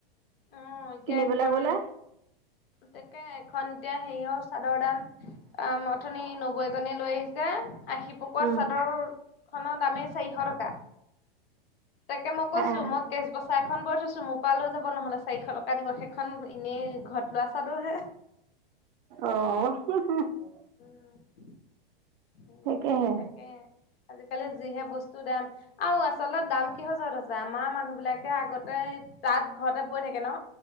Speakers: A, on the left; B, on the right.
A: অ', এতিয়া
B: কিনিবলৈ
A: এখন,
B: গ'লে
A: তাকে এখন এতিয়া হেৰিয় চাদৰ দাম আম, অথনি নবৌ এজনীয়ে লৈ আহি <unintelligible> আশী পকোৱা
B: উম
A: চাদৰখনৰ দামেই চাৰিশ টকা। তাকে মই কৈছো,
B: আহ
A: মই কেশবচা এখন বৈ থৈছোঁ মোৰ পৰা লৈ যাব ন'হলে। চাৰিশ টকা দিব, সেইখন এনেই ঘৰত লোৱা চাদৰ হে।
B: অ' <inaudible>
A: উম। উম,
B: তাকেহে
A: তাকে। আজিকালি যিহে বস্তু দাম, আৰু আচলতে দাম কিহৰ যৰত আছে আমাৰ মানুহ বিলাকে আগতে এ তাত ঘৰতে বৈ থাকে ন।